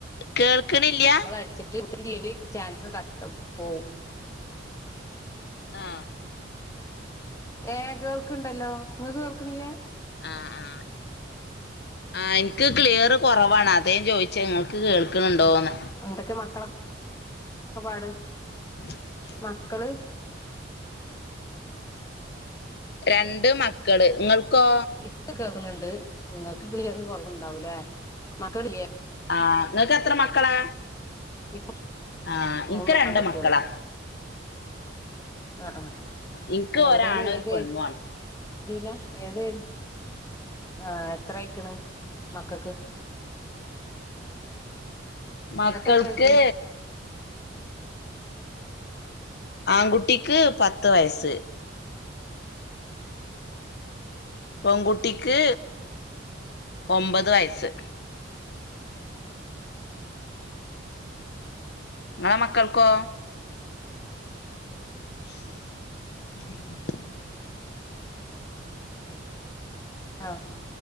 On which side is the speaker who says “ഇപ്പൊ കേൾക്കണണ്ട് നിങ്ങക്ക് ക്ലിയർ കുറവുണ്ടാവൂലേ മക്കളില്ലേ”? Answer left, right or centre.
Left